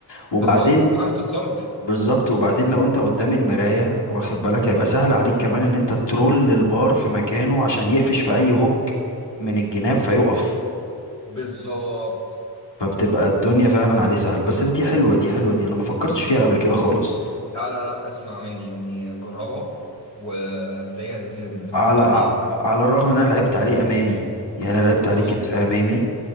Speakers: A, on the left; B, on the left.
A: وبعدين
B: بالظبط هتعرف تتصرف
A: بالظبط وبعدين لو انت قدام المرايه واخد بالك هيبقى سهل عليك كمان ان انت ترول البار في مكانه عشان يقفش في اي هوك من الجناب فيقف
B: بالظبط
A: فبتبقى الدنيا فعلا عليه سهل بس دي حلوه دي حلوه دي انا ما فكرتش فيها قبل كده خالص
B: لا لا لا اسمع مني يعني جربها وهتلاقيها لذيذة جدا
A: على
B: يعني
A: ع- على الرغم ان انا لعبت عليه امامي يعني انا لعبت عليه
B: اه
A: كتف امامي